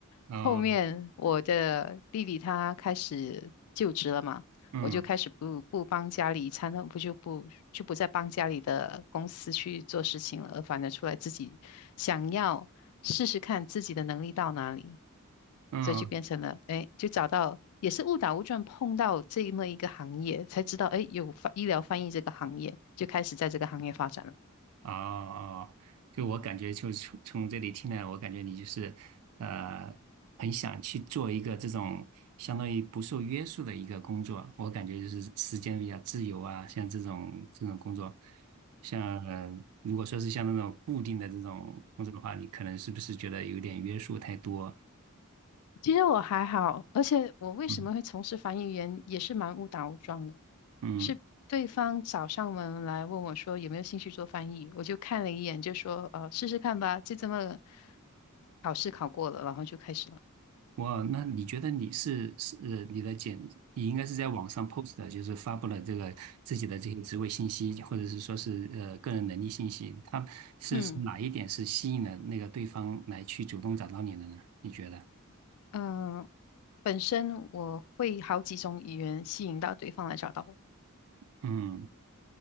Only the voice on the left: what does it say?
后面我的弟弟他开始就职了嘛，
我就开始不不帮家里参，不就不就不再帮家里的公司去做事情了，而反而出来自己想要试试看自己的能力到哪里。
这就变成了，哎，就找到也是误打误撞碰到这么一个行业，才知道，哎，有翻医疗翻译这个行业，就开始在这个行业发展了。
其实我还好，而且我为什么会从事翻译员，
也是蛮误打误撞的，
是对方找上门来问我说有没有兴趣做翻译，我就看了一眼，就说，呃，试试看吧，就这么考试考过了，然后就开始了。
嗯
嗯、呃本身我会好几种语言吸引到对方来找到我。